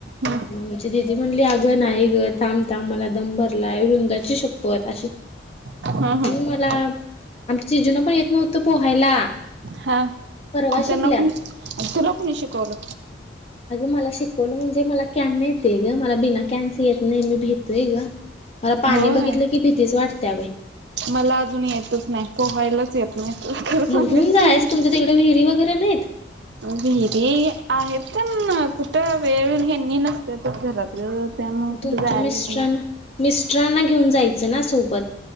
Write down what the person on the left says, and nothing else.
मग, आमची दिदी म्हणली आगं नाही गं थांब, थांब मला दम भरलाय वृंदाची शपथ
<unintelligible>
मला आमची जूनं पण येत नव्हतं पोहायला.
परवा शिकल्यात
अगं मला शिकवलं म्हणजे मला कॅन न येतोय ग बिना कॅन् च नाही येत मी भितोय ग. मला पाणी
बघितलं की भीतीच वाटत्या बाई.
मग घेऊन जायचं
तुमच्या
तिकडे विहिरी वगैरे नाहीत
तुमच्या
मिस्टरांना
मिस्टरांना घेऊन जायचं ना सोबत.